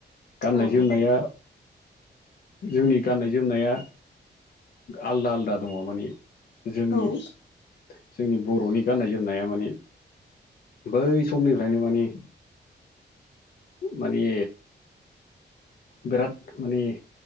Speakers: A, on the left; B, on the left.
A: गाननाय
B: औ नंगौ
A: -जोमनाया जोंनि गाननाय -जोमनाया आलदा -आलदा दङ माने जोंनि
B: औ
A: जोंनि बर'नि गाननाय -जोमनाया माने बै समनिफ्रायनो माने माने बिराद माने